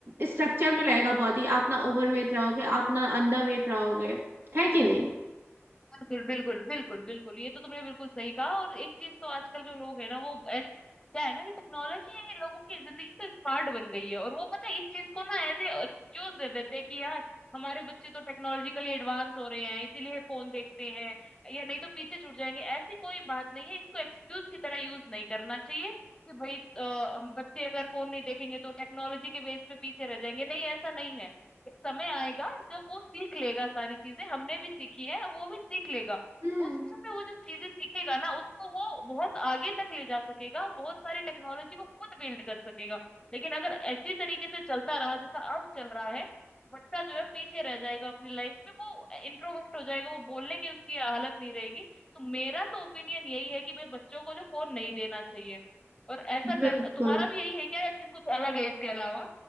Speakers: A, on the right; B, on the left.
A: स्ट्रक्चर में रहेगा बॉडी आप ना ओवरवेट रहोगे आप ना अंडर वेट रहोगे है कि नहीं
B: बिल्कुल बिल्कुल बिल्कुल बिल्कुल ये तो तुमने बिल्कुल सही कहा और एक चीज तो आजकल जो लोग है ना वो ऐस क्या है ना कि टेक्नोलॉजी है लोगों की जिंदगी का एक पार्ट बन गई है और वो पता है इस चीज को ना एज ए एक्सक्यूज दे देते हैं कि यार हमारे बच्चे तो टेक्नोलॉजिकली एडवांस हो रहे हैं इसीलिए फोन देखते हैं या नहीं तो पीछे छूट जाएंगे ऐसी कोई बात नहीं है इसको एक्सक्यूज की तरह यूज नहीं करना चाहिए कि भाई अ, हम बच्चे अगर फोन नहीं देखेंगे तो टेक्नोलॉजी के बेस पे पीछे रह जाएंगे नहीं ऐसा नहीं है एक समय आएगा जब वो सीख लेगा सारी चीजें हमने भी सीखी है वो भी सीख लेगा
A: हम्म
B: उस समय वो जब चीजें सीखेगा ना उसको वो बहुत आगे तक ले जा सकेगा बहुत सारी टेक्नोलॉजी को खुद बिल्ड कर सकेगा लेकिन अगर ऐसी तरीके से चलता रहा जैसा अब चल रहा है बच्चा जो है पीछे रह जाएगा अपनी लाइफ में वो इंट्रोवर्ट हो जाएगा वो बोलने की उसकी हालत नहीं रहेगी तो मेरा तो ओपिनियन यही है कि भाई बच्चों को जो फोन नहीं देना चाहिए और ऐसा
A: बिल्कुल
B: कर तुम्हारा भी यही है क्या या फिर कुछ अलग है इसके अलावा